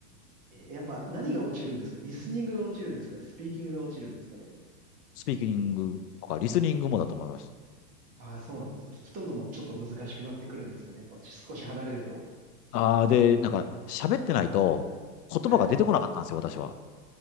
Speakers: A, on the right (about 15°); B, on the left (about 70°).
A: え、やっぱ何が落ちるんですかリスニングが落ちるんですかねスピーキングが落ちるんですかね
B: スピーキングとか、リスニングもだと思います。
A: ああそうなんですね。聞き取るのもちょっと難しくなってくるんですかねやっぱ少し離れると。
B: ああ、で、なんか、喋ってないと、言葉が出てこなかったんですよ、
A: はい。
B: 私は。